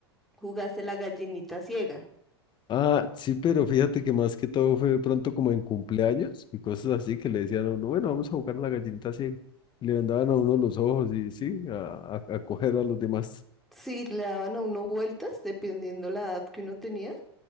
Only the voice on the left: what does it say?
Ah, sí, pero fíjate que más que todo fue de pronto como en cumpleaños y cosas así que le decían a uno, bueno, vamos a jugar a la gallinita ciega. Y Le vendaban a uno los ojos y sí, a, a, a coger a los demás.